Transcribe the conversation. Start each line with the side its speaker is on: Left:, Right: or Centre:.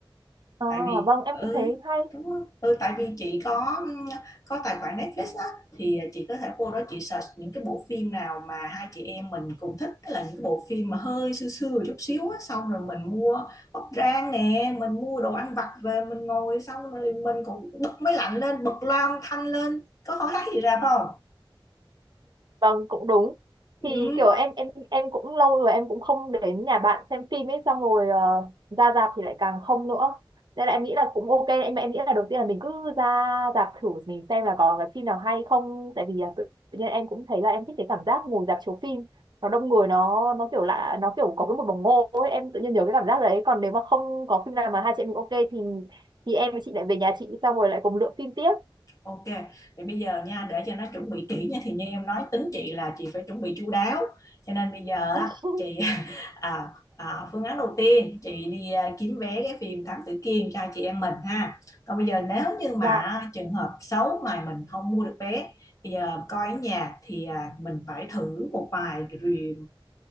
Right: Ờ,
Left: tại vì
Right: vâng em
Left: ừ
Right: cũng thấy hay
Left: đúng không? ừ tại vì chị có có tài khoản Netflix á thì chị có thể vô đó chị search những cái bộ phim nào mà hai chị em mình cùng thích tức là những cái bộ phim mà hơi xưa xưa một chút xíu á xong rồi mình mua bắp rang nè mình mua đồ ăn vặt về mình ngồi xong rồi mình cũng bật máy lạnh lên bật loa âm thanh lên có hỏi hát gì rạp không
Right: Vâng cũng đúng
Left: ừ.
Right: thì kiểu em em em cũng lâu rồi em cũng không đến nhà bạn xem phim ấy xong rồi ờ, ra rạp thì lại càng không nữa nên là em nghĩ là cũng ok em em nghĩ là đầu tiên là mình cứ ra rạp thử mình xem là có cái phim nào hay không tại vì là tự tự nhiên em cũng thấy là em thích cái cảm giác ngồi rạp chiếu phim nó đông người nó nó kiểu lạ nó kiểu có cái một bồng ngô ấy em tự nhiên nhớ cái cảm giác đấy còn nếu mà không có phim nào mà hai chị em mình ok thì thì em với chị lại về nhà chị xong rồi lại cùng lựa phim tiếp
Left: Ok, thì bây giờ nha để cho nó chuẩn bị kỹ nha thì như em nói tính chị là chị phải chuẩn bị chu đáo cho nên bây giờ
Right: <laughs>
Left: á chị <laughs> à, à, phương án đầu tiên chị đi à, kiếm vé cái phim Thám Tử Kiên cho chị em mình ha còn bây giờ nếu như mà
Right: dạ
Left: trường hợp xấu mà mình không mua được vé thì giờ coi ở nhà thì à, mình phải thử một vài review,